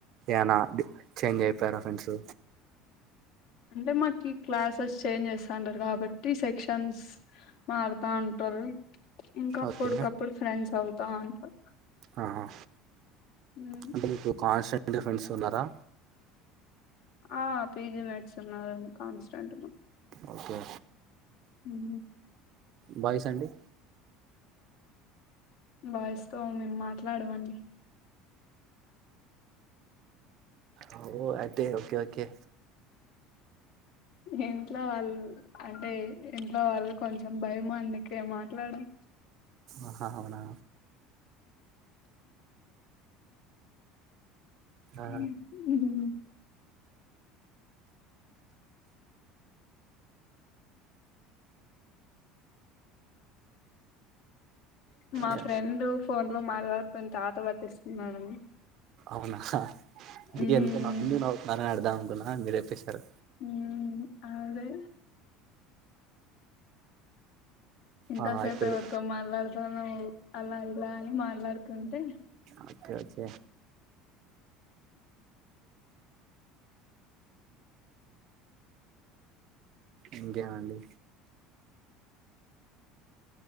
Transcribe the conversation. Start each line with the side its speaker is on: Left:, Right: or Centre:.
Right: ఏనా డె చేంజ్ అయిపోయారా ఫ్రెండ్స్
Left: అంటె మాకి క్లాసెస్ చేంజ్ చేస్తా అంటరు కాబట్టి సెక్షన్స్ మార్తా అంట్ ఇంక అప్పుడుకప్పుడు
Right: ఓకే
Left: ఫ్రెండ్స్ అవుతా ఉంటరు <inaudible>
Right: ఆహా
Left: ఉమ్,
Right: అంటె మీకు కాస్ ఉంటె ఫ్రెండ్స్ ఉన్నారా?
Left: ఆ పిజి మెట్స్ ఉన్నరు కన్స్టంట్ లో
Right: ఓకే
Left: ఉమ్
Right: బాయ్స్ అండి
Left: బాయ్ స్ తో మేమ్ మాట్లాడవండి
Right: ఆ ఓ అయితే ఓకే ఓకే
Left: ఇంట్లో వాళ్ అంటే ఇంట్లో వాళ్ళు కొంచమ్ భయమంద్ కే మాట్లాడం
Right: ఆహా ఔనా
Left: ఉహ్
Right: ఆ
Left: హు మా
Right: ఏ
Left: ఫ్రెండు ఫోన్ లో మాట్ లాడుతున్ తాత వతిర్ స్తున్నాడండ్
Right: ఔన్ ఆ హ్ అందుకే
Left: ఉమ్
Right: ఎందుకన్ ఎందుకు నవ్వుతున్ రని అడుదాం అన్ కున్నా మీరే ఎపెశారు
Left: ఉమ్ ఆ దే ఇంతసేప్
Right: ఆ ఇప్పుడు
Left: ఎవర్ తో మాట్ లాడుతున్నావ్ అలా ఇలా అని మాట్లాడుతుంటే
Right: ఓకే ఓచ్చే ఇంకేవండి